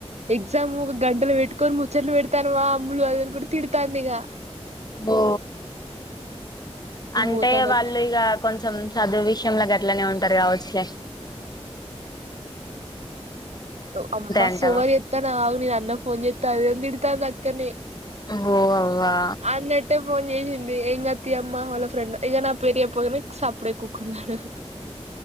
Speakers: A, on the right; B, on the left.
A: ఎగ్జామ్ ఒక గంటలు పెట్టుకొని ముచ్చట్లు పెడతానువా. అమ్ములు అది ఇది అనుకుంట తిడతాంది ఇంగ
B: ఓ అంటే
A: పోతాను
B: వాళ్ళు
A: అక్క
B: ఇగ కొంచెం చదువు విషయంలో గట్లనే ఉన్. టార్ కావొచ్చు లే
A: ఆమ్ మస్తు
B: అంటావా
A: ఓవర్ చెత్తనావ్ ఆగు నేన్ అన్న ఫోన్ చె అదే తిడతాంది అక్కని
B: ఓ అవ్వా
A: అన్నట్టే ఫోన్ చేసిన్ ఎంగ్ కాద్ తీ అమ్మ వాళ్ళ ఫ్రెండ్ ఇగ నా పేరు చెప్పగనే సప్పుడే కూకున్నాడు